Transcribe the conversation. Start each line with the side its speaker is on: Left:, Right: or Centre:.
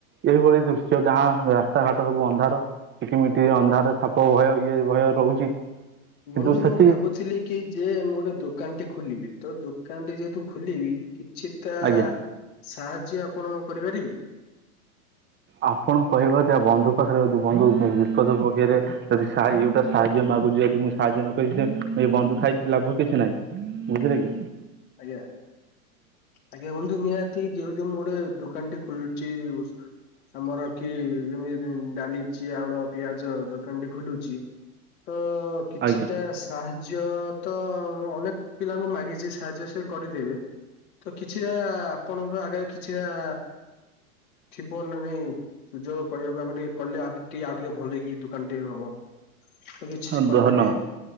Right: ଏଇଭଳି ଦୃଶ୍ୟ ଗାଁ ରାସ୍ତାଘାଟ ସବୁ ଅନ୍ଧାର। କିଟିମିଟି ଅନ୍ଧାର ସାପ ଭୟ ଇଏ ଭୟ ରହୁଛି। କିନ୍ତୁ
Left: ବନ୍ଧୁ
Right: ସେଠି
Left: ମୁଁ ଭାବୁଥିଲି କି ଯେ ମୁଁ ଗୋଟେ ଦୋକାନଟେ ଖୋଲିବି ତ ଦୋକାନଟି ଯେହେତୁ ଖୋଲିବି କିଛିଟା
Right: ଆଜ୍ଞା।
Left: ସାହାଯ୍ୟ ଆପଣ କରିପାରିବେ?
Right: ଆପଣ କହିବ ଜା ବନ୍ଧୁ ପାଖରେ ଯଦି ବନ୍ଧୁ ବିପଦ ପକେଇଦିଏ ଯଦି ସାହା ଏଗୁଟା ସାହାଯ୍ୟ ମାଗୁଛି ଯଦି ମୁଁ ସାହାଯ୍ୟ ନକରିବି ସେ ଏ ବନ୍ଧୁ ଥାଇକି ଲାଭ କିଛି ନାହିଁ। ବୁଝିଲେ କି?
Left: ଆଜ୍ଞା। ଆଜ୍ଞା ବନ୍ଧୁ ନିହାତି ଯେହେତୁ ମୁଁ ଗୋଟେ ଦୋକାନ ଟିଏ ଖୋଲୁଛି ଆମର କି ଯେମିତି ଡାଲି ଚିଆଉଳ ପିଆଜ ଦୋକାନ ଟି ଖୋଲୁଛି ତ କିଛିଟା
Right: ଆଜ୍ଞା
Left: ସାହାଯ୍ୟ ତ ଅନେକ ପିଲାଙ୍କୁ ମାଗିଛି ସାହାଯ୍ୟ ସେ କରିଦେବେ ତ କିଛିଟା ଆପଣଙ୍କ ଆଗରେ କିଛିଟା ଥିବ ନା ନାଇଁ ସୁଯୋଗ କହିବାକୁ ଆମେ ଟିକେ କଲେ ଆ ଟିକେ ଆଉ ଟିକେ ଭଲକି ଦୁକାନଟିଏ ହବ। ତ କିଛି
Right: ହଁ
Left: କହିପାରିବେ?
Right: ଦହ ନ <inaudible>